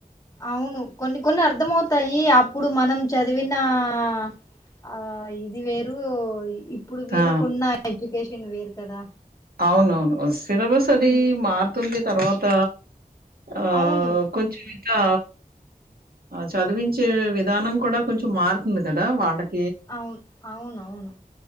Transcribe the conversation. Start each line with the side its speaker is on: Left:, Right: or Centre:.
Left: అవును కొన్ని కొన్ని అర్ధం అవుతాయి అప ఇప్పుడు మనం చదివిన అ ఆ ఇది వేరు ఇప్పుడు వీళ్ళలకున్న
Right: ఆ!
Left: ఎడ్యుకేషన్ వేరు కదా
Right: అవునవును సిలబస్ అది
Left: ఉమ్,
Right: మారుతుంది తర్వాత అ ఆ
Left: అవును
Right: కొంచెం ఇంకా చదివించే విధానం కూడా కొంచెం మారుతుంది కదా వాళ్ళకి
Left: అవును అవునవును